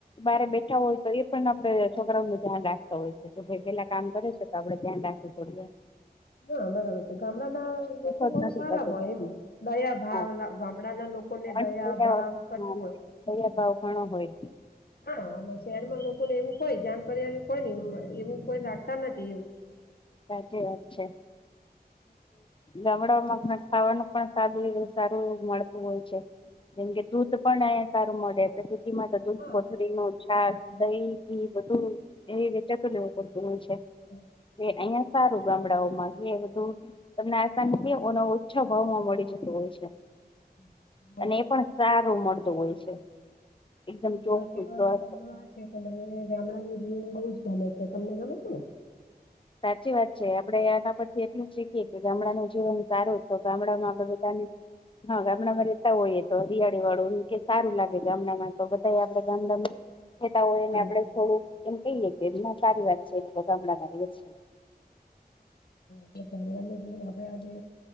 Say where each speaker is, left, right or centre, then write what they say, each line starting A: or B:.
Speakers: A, on the left; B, on the left.
A: બારે બેઠા હોય તો એ પણ આપડે છોકરાઓ નુ ધ્યાન રાખતા હોય છે. તો ભાઈ પેલા કામ કરે છે તો આપડે ધ્યાન રાખએ થોડ
B: હા બરાબર છે ગામડાના લોકો
A: જ
B: બઉ
A: નથી
B: સારા
A: થતો
B: હોય એમ દયા ભાવ
A: હા
B: ગામડાના લોકો લોકોને
A: ભણ
B: દયા
A: થયા
B: ભાવ બધૂ હોય
A: ભાવ ઘણો હોય
B: હા અને શહેરમાં લોકોને એવું કોઈ જાન પર્યા કોઈ એમ કોઈ રાખતા નથી એવું
A: સાચી વાત છે ગામડામાં ખાવાનું પણ સદું સારું મળતું હોય છે જેમકે દૂધ પણ અહીયા સારું મળેે ધ
B: હા
A: કોથળી
B: બધી રીતે
A: નું છાક દહી ઘી બધું એ વેચાતો લેવું પડતું હોય છે.
B: મારો
A: એ અહિયાં સારું. ગામડાઓમાં બધું તમને આસા ઓછા ભાવ માં મળી જતું હોય છે.
B: <unintelligible>
A: અને એ પણ સારું મળતું હોય છે એકદમ ચોખ્ખું
B: મારો કેવાનો
A: સ્વસ્થ.
B: મતલબ આ છે. મને ગામડા મ્યુઝયમ બઉુ જ ગમે છે તમને ગમે છે ને.
A: સાચી વાત છે આપડે આના પરથી એટલું જ શીખીએ કે ગામડા નું જીવન સારું. તો ગામડામાં આપડે બધાને હા ગામડામાં હોઈએ તો રિયાળી વાળું કે સારું લાગે ગામડામાં તો બધા આપડા ગામડામાં જતા હોયને
B: બરાબર
A: આપડે
B: એવું
A: થોડું એમ કહીયએ કે સારી વાત છે એ ગામડામાં રયે છે.
B: ગ આપડે આજે